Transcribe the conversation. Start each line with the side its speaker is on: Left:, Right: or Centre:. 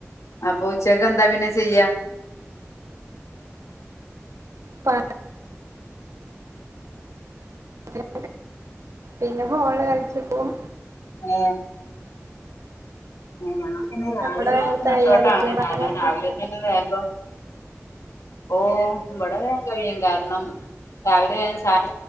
Left: അപ്പൊ ഉച്ചക്ക് എന്താ പിന്നെ ചെയ്യാ
Right: പ <inaudible> പിന്നെ ഫോൺ കളിച്ച്ക്കും
Left: ഏ <unintelligible> പിന്നെ രാവിലെ
Right: നമ്മുടെ നേരത്തെ
Left: നച്ചോട്ടാണ്
Right: കഴിയാതില്ലേ പണിയൊക്കെ
Left: കാരണം. രാവിലെ തന്നെ വേഗം ഓ ഇവിടെ വേൻ കഴിയും. കാരണം രാവിലെ വേഗം ചായ